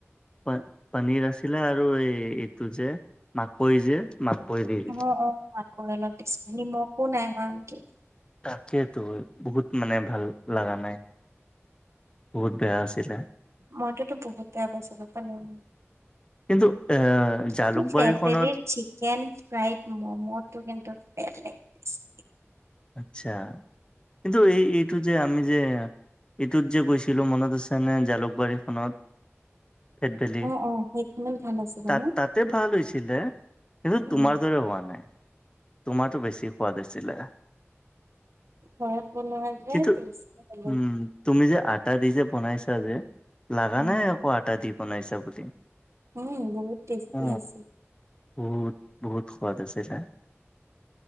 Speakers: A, on the left; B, on the right.
A: প পনীৰ আছিলে আৰু এই। তটো যে মাকৈ যে মাকৈ
B: <unintelligible>
A: দি দিছিল তাকেইেতো বহুত মানে ভাল লগা নাই। বহুত বেয়া আছিলে
B: মইটোতো বহুত বেয়া পাইছিলো পালে ম
A: কিন্তু এ
B: কিন্তু
A: জালুকবাৰীখনত
B: ফেটবেলিৰ চিকেন ফ্ৰাইড মম'টো কিন্তু বেলেগ টেষ্ট।
A: আচ্ছা কিন্ন্তু এই, এইটো যে আমি যে এইটোত যে গৈ- লো মনতআছে নে জালুকবাৰিখন ফেট ভেলি?
B: অ', অ', সেইখনত ভাল আছিলে
A: তাত
B: ন?
A: তাতে ভাল হৈছিলে কিন্তু
B: উম,
A: তোমাৰ দৰে হোৱা নাই। তোমাৰটো বেছি সোৱাদ আছিলে।
B: হয়, আপোনাৰ যে
A: কিন্তু
B: <unintelligible>
A: উম তুমি যে আটা দি যে বনাইছা যে, লাগা
B: উম,
A: নাই আকৌ আটা দি বনাইছা বুলি।
B: উম, বহুত টেষ্টি
A: অ
B: আছিল।
A: বহুত, বহুত সোৱাদ আছিলে।